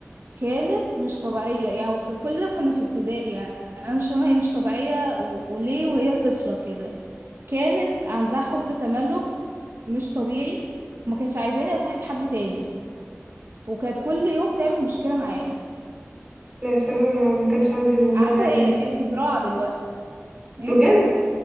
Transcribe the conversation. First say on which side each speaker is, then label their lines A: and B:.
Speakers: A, on the right; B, on the right.
A: كانت مش طبيعية يعني وك- كلنا كنا في ابتدائي يعني انا مش فاهمة هي مش طبيعية و- وليه وهي طفلة كده كانت عندها حب تملك مش طبيعي ما كانتش عايزاني اصاحب حد تاني وكانت كل يوم تعمل مشكلة معايا
B: لا الصراحة أنا ما, ما كانش عندي الموضوع
A: عارفة
B: ده يعني
A: هي هي في زراعة دلوقتي ايه
B: بجد